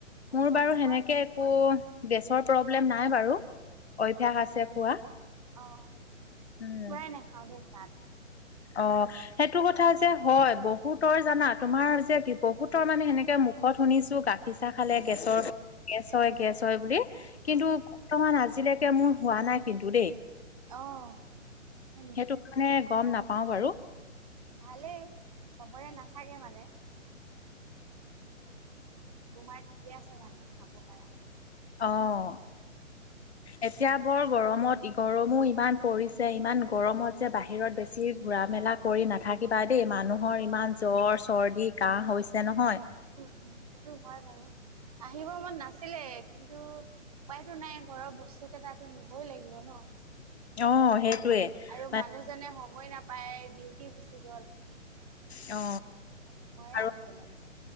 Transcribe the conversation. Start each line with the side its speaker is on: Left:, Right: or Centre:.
Right: অভ্যাস
Left: মোৰ বাৰু
Right: নাই
Left: সেনেকে
Right: মই
Left: একো গেছৰ প্ৰব্লেম নাই বাৰু। অভ্যাস আছে খোৱা।
Right: অ'।
Left: উম'।
Right: মই নেখাওঁ দে চাহটো।
Left: অ' সেইটো কথা যে হয়। বহুতৰ জানা তোমাৰ যে কি বহুতৰ মানে সেনেকে মুখত শুনিছোঁ গাখ খীৰ চাহ খালে গেছৰ গেছ হয় গেছ হয় বুলি কিন্তু
Right: উম,
Left: বৰ্তমান আজিলৈকে মোৰ হোৱা নাই কিন্তু দেই,
Right: অ', হয় নেকি?
Left: সেইটো কাৰণে গম না পাওঁ বাৰু।
Right: ভালেই, চবৰে নাথাকে মানে। তোমাৰ ঠিকে আছে মানে খাব পাৰা।
Left: অঁ।
Right: <inaudible>
Left: এতিয়া বৰ গৰমত ই গৰমো ইমান পৰিছে, ইমান গৰমত যে বাহিৰত বেছি ঘূৰা মেলা কৰি নাথাকিবা দেই, মানুহৰ ইমান জ্বৰ, চৰ্দি, কাহ হৈছে নহয়।
Right: উম উম সেইটো হয় বাৰু, আহিব মন নাছিলে কিন্তু উপায়তো নাই, ঘৰৰ বস্তু কেইটাটো নিবই লাগিব ন।
Left: অ সেইটোৱে।
Right: আৰু
Left: মানে
Right: মানুহজনে সময় নাপায়, ডিউটি গুচি গ'ল।
Left: অ।
Right: <unintelligible> মই
Left: আৰু
Right: আহিব লগা